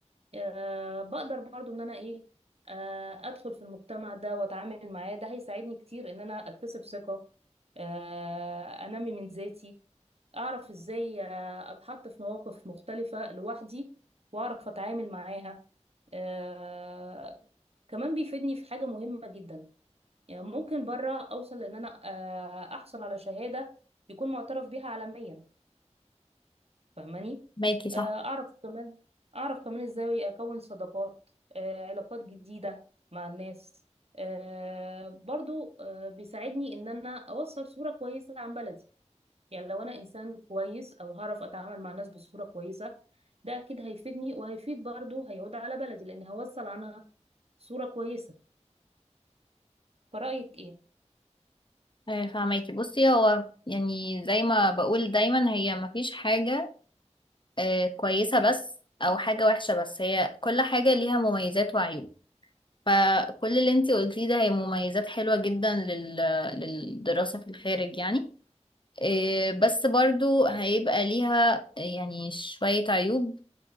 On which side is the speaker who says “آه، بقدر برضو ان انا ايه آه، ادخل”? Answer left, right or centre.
Right